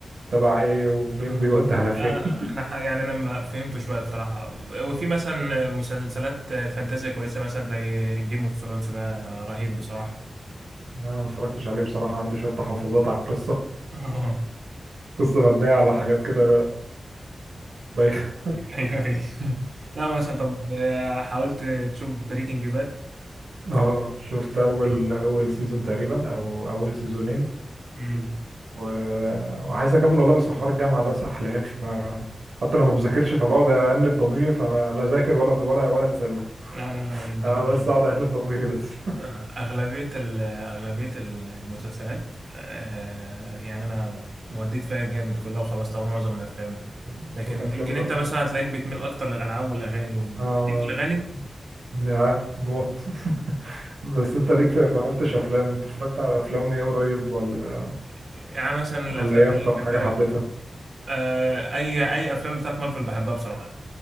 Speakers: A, on the right (about 80°); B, on the right (about 60°).
A: تبع إيه ومنين
B: اه
A: بيودي على فين
B: لا
A: <laughs>
B: انا ح- يعني انا ما فهمته شويه بصراحه وفي مثلا مسلسلات فانتازيا كويسه مثلا زي جيم اوف ثرونز ده رهيب بصراحه
A: أنا ما اتفرجتش عليه بصراحة عندي شوية تحفظات على القصة
B: <laughs> اه
A: قصة مبنية على حاجات كده بايخة
B: ايوه ايوه لا مثلا طب آه، حاولت تشوف بريكنج باد
A: اه شفت أول أول سيزون تقريبا أو أول سيزونين
B: امم
A: و... وعايز اكمل والله بس حوار الجامعه ده سحل يا اخي بقى حتى لما بذاكرش فبقعد انب ضميري فلا اذاكر ولا ولا ولا اتسلى
B: لا انا يمكن
A: أنا بس اقعد انب ضميري بس
B: آه، اغلبيه ال- اغلبيه ال- المسلسلات آه، يعني انا موديت فيها جامد كلها وخلصتها معظم الافلام
A: <laughs>
B: لكن
A: والافلام
B: يمكن
A: بقى
B: انت مثلا هتلاقيك بتميل اكتر للالعاب والاغاني و-
A: اه
B: ليك في الاغاني
A: يا موت <laughs> بس انت ليك في ما قلتش افلام انت اتفرجت على افلام ايه قريب ولا
B: يعني مثلا
A: ولا
B: الافلام
A: ايه اكتر
B: الاجنبيه
A: حاجه حبيتها
B: آه اي اي افلام بتاعت مارفل بحبها بصراحه